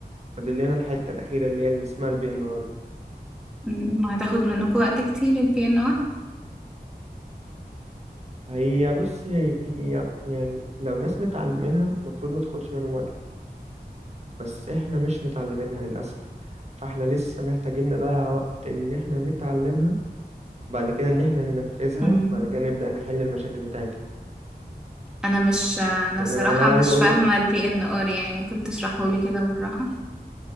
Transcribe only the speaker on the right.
فاضل لنا الحتة الأخيرة اللي هي اللي اسمها البي ان ار دي
هي بصي هي يعني لو ناس متعلمينها المفروض ما تاخدش منهم وقت كتير بس احنا مش متعلمينها للأسف فاحنا لسه محتاجين نضيع وقت ان احنا نتعلمها بعد كده ان احنا ننفذها
بعد كده نبدأ نحل المشاكل بتاعتها
يعني
انا أنا
عاوز اقول
لك